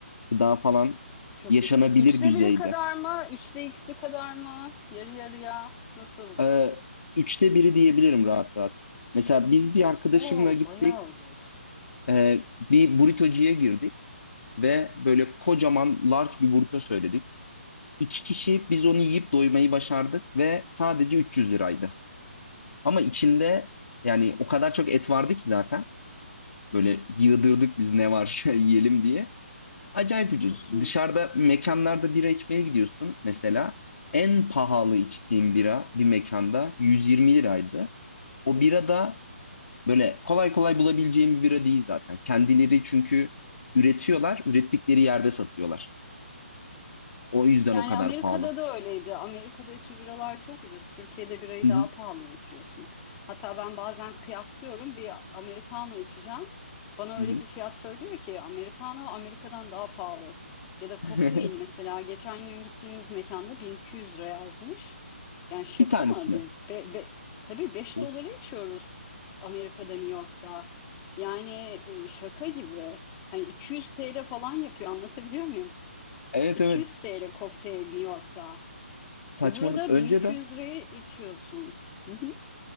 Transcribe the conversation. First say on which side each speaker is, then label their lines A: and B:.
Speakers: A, on the left; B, on the left.
A: Gıda falan
B: Çok
A: yaşanabilir
B: iyi. Üçte
A: düzeyde.
B: biri kadar mı? Üçte ikisi kadar mı? Yarı yarıya. Nasıl?
A: Ee, üçte biri diyebilirim rahat rahat. Mesela biz bir arkadaşımla
B: Oo
A: gittik.
B: bayağı ucuz.
A: Ee, bir burritocuya girdik ve böyle kocaman large bir burrito söyledik. İki kişi biz onu yiyip doymayı başardık ve sadece 300 liraydı. Ama içinde yani o kadar çok et vardı ki zaten. Böyle yığdırdık biz ne varsa <laughs> yiyelim diye. Acayip ucuz.
B: Çok iyi.
A: Dışarıda mekanlarda bira içmeye gidiyorsun mesela. En pahalı içtiğim bira bir mekanda 120 liraydı. O bira da böyle kolay kolay bulabileceğim bir bira değil zaten. Kendileri çünkü üretiyorlar, ürettikleri yerde satıyorlar. O yüzden
B: Yani
A: o kadar
B: Amerika'da
A: pahalı.
B: da öyleydi. Amerika'daki biralar çok ucuz. Türkiye'de birayı
A: Hı hı.
B: daha pahalıya içiyorsun. Hatta ben bazen kıyaslıyorum. Bir Americano içeceğim. Bana
A: hı
B: öyle
A: hı.
B: bir fiyat söylüyor ki Americano Amerika'dan daha pahalı. Ya da kokteyl
A: <laughs>
B: mesela geçen gün gittiğimiz mekanda 1200 lira yazmış. Yani şaka
A: Bir tanesini.
B: mı? Biz be, be- tabii beş
A: Of.
B: dolara
A: <laughs>
B: içiyoruz Amerika'da New York'ta. Yani e, şaka gibi. Hani 200 TL falan yapıyor anlatabiliyor
A: Evet
B: 200
A: evet.
B: TL
A: S-
B: kokteyl New York'ta
A: Saçmalık.
B: ve burada
A: Önceden
B: 1200 liraya içiyorsun. Hı hı.